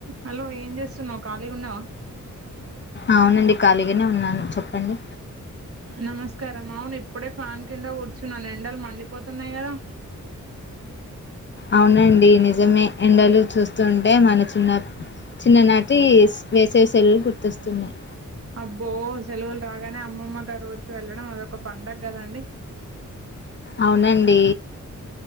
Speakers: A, on the right (about 45°); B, on the left (about 35°).
A: hello ఏం జేస్తున్నావ్ ఖాళీగున్నావా
B: అవునండి ఖాళీగనే ఉన్నాను చెప్పండి
A: నమస్కారం అవును ఇప్పుడే ఫ్యాన్ కింద కూర్చున్నాను ఎండలు మండిపోతున్నాయి గదా
B: అవునండి నిజమే ఎండలు చూస్తుంటే మన చిన్న చిన్ననాటి వేసేవి సెల్లు గుర్తొస్తున్నాయి
A: అబ్బో సెలవులు రాగానే అమ్మమ్మ గారు ఊరికి వెళ్ళడం అదొక పండగ గదండి
B: అవునండి